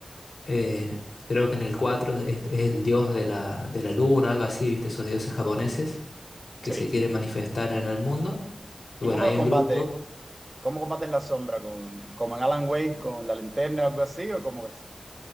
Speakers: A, on the left (about 85°); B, on the right (about 35°).
A: eh, creo que en el 4 es, es el dios de la, de la luna, algo así, ¿viste? Esos dioses japoneses que
B: Sí.
A: se quieren manifestar en el mundo. Y
B: ¿Y
A: bueno,
B: cómo
A: hay
B: los combates?
A: un grupo,
B: ¿Cómo combates la sombra? ¿Con, como en Alan Wake, con la linterna o algo así? ¿O cómo que?